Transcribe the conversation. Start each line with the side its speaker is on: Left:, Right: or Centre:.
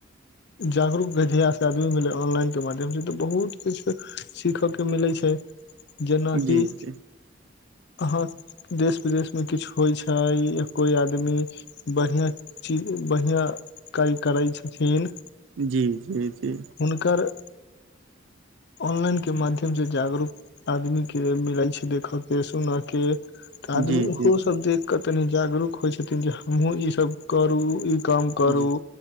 Left: जागरूक भे जहिया स आदमी मिलै ऑनलाइन के माध्यम सँ, तऽ बहुत किछु सीखय के मिलै छै। जेना
Right: जी
Left: कि
Right: जी
Left: अहाँ देश विदेश में किछु होइ छै, या कोइ आदमी बड़्हिआं चीज बड़्हियां कारी करै छथिन।
Right: जी-जी-जी।
Left: हुनकर ऑनलाइन के माध्यम स जागरूक आदमी के मिलै छै, देखऽ क, सुन क, तऽ
Right: जी
Left: आदमी
Right: जी
Left: ओहो सब देख क तनी जागरूक होइ छथिन, जे हमहुँ ई सब करू, ई कम करू,
Right: जी जी